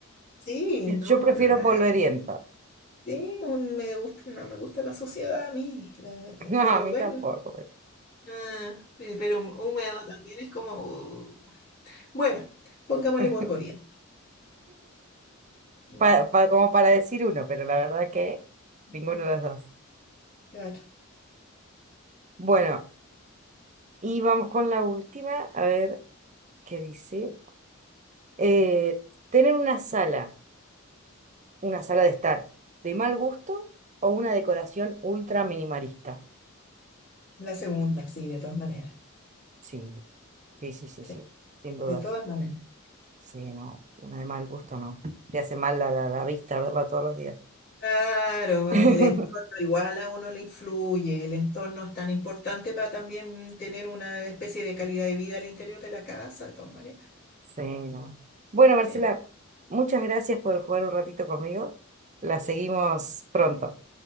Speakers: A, on the left; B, on the right.
A: Sí, no,
B: Yo prefiero
A: nada.
B: polvoriento. <laughs>
A: Sí, un- me gusta, no me gusta la suciedad a mí, la- eh,
B: No,
A: pero
B: a mí
A: bueno.
B: tampoco. pero-
A: ah, eh, pero hú- húmedo también es como... uh, Bueno, pongámosle
B: <laughs>
A: polvoriento. Mm.
B: Pa- pa- como para decir uno, pero la verdad que
A: Mm,
B: ninguno de los dos.
A: Claro,
B: Bueno, y vamos con la última, a ver qué dice. Eh, tener una sala, una sala de estar de mal gusto o una decoración ultra minimalista.
A: la segunda, sí, de todas maneras.
B: Sí, sí, sí, sí,
A: sí.
B: sí, sin duda.
A: de todas maneras.
B: Sí, no, una de mal gusto no. Te hace mal la, la, la vista verla todos los días.
A: Claro, bueno,
B: <laughs>
A: el entorno igual a uno le influye, el entorno es tan importante para también tener una especie de calidad de vida al interior de la casa, de todas maneras.
B: Sí, no. Bueno, Marcela,
A: Sí.
B: muchas gracias por jugar un ratito conmigo. La
A: Sí.
B: seguimos pronto.